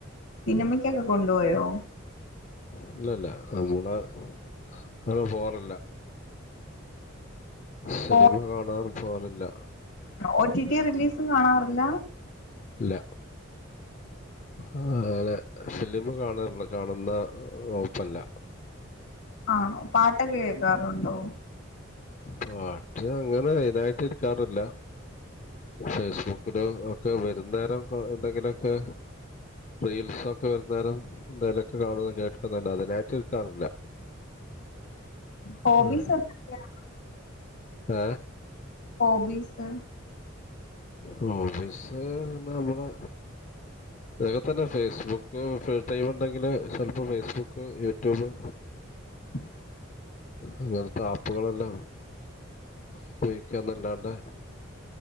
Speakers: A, on the left (about 70°); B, on the left (about 40°).
A: സിനിമക്കൊക്കെ കൊണ്ടുപോയോ
B: ഇല്ല ഇല്ല നമ്മള് അങ്ങനെ പോവാറില്ല സിനിമ
A: ഓ
B: കാണാൻ പോവാറില്ല
A: ഒ ടി ടി റിലീസ് തും കാണാറില്ല
B: ഇല്ല അങ്ങനെ ഫിലിം കാണാറില്ല കാണുന്ന വകുപ്പല്ല
A: ആണോ പാട്ടൊക്കെ കേക്കാറുണ്ടോ
B: പാട്ട് അങ്ങനെ ഇതായിട്ട് ഇരിക്കാറില്ല ഫേസ്ബുക്കില് ഒക്കെ വരുന്നേരം എന്തെങ്കിലൊക്കെ റീൽസൊക്കെ വരുന്നേരും എന്തേലൊക്കെ കാണാന്ന് കേൾക്കാന്നല്ലാതെ അതിനായിട്ട് നിൽക്കാറില്ല
A: ഹോബീസ്
B: ഹും
A: എന്തൊക്കെയാണ്
B: ഏ
A: ഹോബീസ്
B: ഹോബീസ് എന്നാള്ളെ ഇതൊക്കെ തന്നെ ഫേസ്ബുക്ക് ഫ്രീ ടൈമ്ണ്ടെങ്കില് ചെലപ്പോ ഫേസ്ബുക്ക് യൂട്യൂബ്
A: <inaudible>
B: അങ്ങൻതെ ആപ്പുകളെല്ലാം ഉപയോഗിക്കാന്നല്ലാണ്ടെ